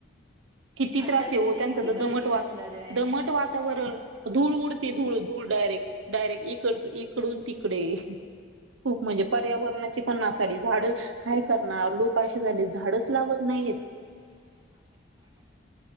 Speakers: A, on the right (about 80°); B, on the right (about 25°).
A: किती
B: आत्ताच
A: त्रास आहेव
B: तिथे
A: त्यांच
B: किती
A: द
B: गरमी
A: दमटवाद
B: असणार आहे
A: दमट वातावरण धूळ उड ते धूळ धूळ डायरेक्ट डायरेक्ट इकड इकडून तिकडे खूप म्हणजे पर्यावरणाची पण ना साडी झाड काय करणार लोक असे झाले झाडच लावत नाहीयेत
B: क नासा झाड